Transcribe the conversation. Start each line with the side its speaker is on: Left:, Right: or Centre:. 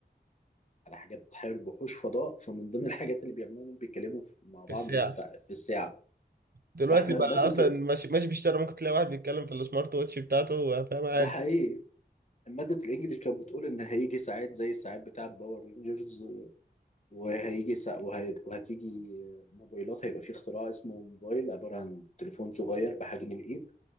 Left: على حاجه بتحارب وحوش فضاء فمن ضمن <laughs> الحاجات اللي بيعملوها انهم بيتكلموا في- مع
Right: في
Left: بعض
Right: الساعة
Left: بالس- في الساعه
Right: دلوقتي
Left: فاحنا
Right: بقى
Left: ماده
Right: اصلا ماشي ماشي بيشتغل ممكن تلاقي واحد بيتكلم في السمارت ووتش بتاعته فاهم عادي
Left: ده حقيقي مادة الإنجليش كانت بتقول إن هيجي ساعات زي الساعات بتاع باور رينجرز وهيجي سا... وهي... وهتيجي موبايلات هيبقى في اختراع اسمه موبايل عبارة عن تليفون صغير بحجم الإيد